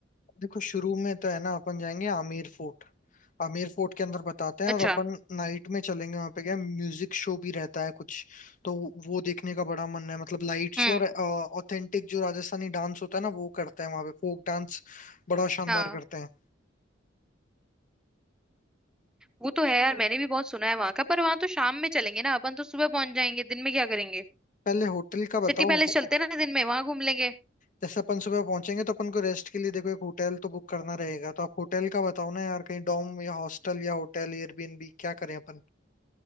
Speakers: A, on the left; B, in the centre.
A: देखो शुरू में तो है ना अपन जाएंगे आमेर फोर्ट आमेर फोर्ट के अंदर बताते हैं
B: अच्छा
A: और अपन नाइट में चलेंगे वहां पे क्या म्यूजिक शो भी रहता है कुछ तो वो देखने का बड़ा मन है मतलब लाइट शो
B: हम्म
A: और ऑथेंटिक जो राजस्थानी डांस होता है ना वो करते हैं वहां पे फोक डांस बड़ा शानदार
B: हाँ
A: करते हैं
B: वो तो है यार मैंने भी बहुत सुना है वहां का पर वहां तो शाम में चलेंगे ना अपन तो सुबह पहुंच जाएंगे दिन में क्या करेंगे
A: पहले होटल का बताओ
B: सिटी पैलेस
A: हो-
B: चलते
A: हो-
B: हैं ना दिन में वहां घूम लेंगे
A: जैसे अपन सुबह पहुंचेंगे तो अपन को रेस्ट के लिए देखो एक होटल तो बुक करना रहेगा तो आप होटल का बताओ ना यार कहीं डॉम या हॉस्टल या होटल एयरबीएनबी क्या करें अपन